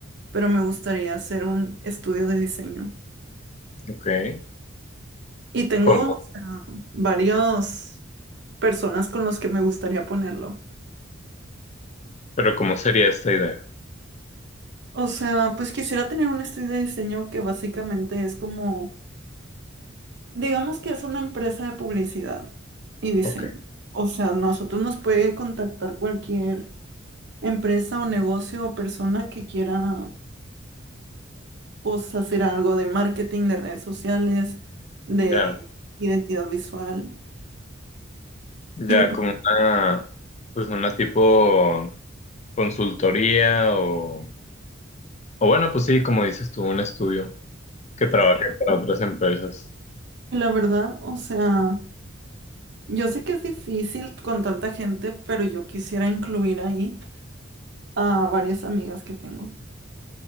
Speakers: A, on the right (about 60°); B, on the left (about 35°).
A: pero me gustaría hacer un estudio de diseño.
B: Ok.
A: Y tengo,
B: ¿Cómo?
A: o sea, varios personas con los que me gustaría ponerlo.
B: Pero ¿cómo sería esta idea?
A: O sea, pues quisiera tener un estudio de diseño que básicamente es como Digamos que es una empresa de publicidad y diseño.
B: Ok.
A: O sea, nosotros nos puede contactar cualquier empresa o negocio o persona que quiera, pues, hacer algo de marketing, de redes sociales, de
B: Ya,
A: identidad visual,
B: ya
A: incluso.
B: como una, pues una tipo consultoría o, o bueno, pues sí, como dices tú, un estudio que trabaje para otras empresas.
A: La verdad, o sea, yo sé que es difícil con tanta gente, pero yo quisiera incluir ahí a varias amigas que tengo.